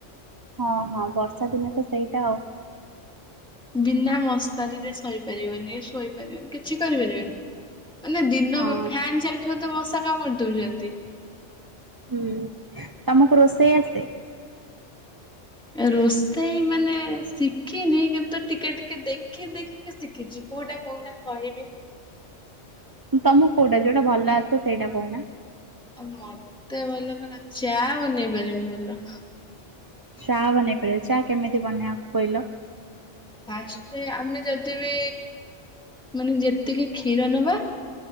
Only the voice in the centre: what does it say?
ବିନା ମଶାରୀରେ ଶୋଇପାରିବନି ଶୋଇ କିଛି କରିିବାରନି ନା ଦିନ
ଫ୍ୟନ୍ ଚାଲିଥିବା ତ ମଶା କାମର ଦଉଛନ୍ତି।
ରୋଷେଇ ମାନେ ଶିଖିନି କିନ୍ତୁ ଟିକେ ଟିକେ ଦେଖି ଦେଖିକି ଶିଖିଛି କୋଉଟା କହୁନା କହିବି।
ଆଉ ମତେ ଭଲ କ ଚା ବନେଇ ପାରମି ବୋଲ
ଫାଷ୍ଟ ଆମେ ଯଦି ବି ମାନେ ଯେତିକି କ୍ଷୀର ନବା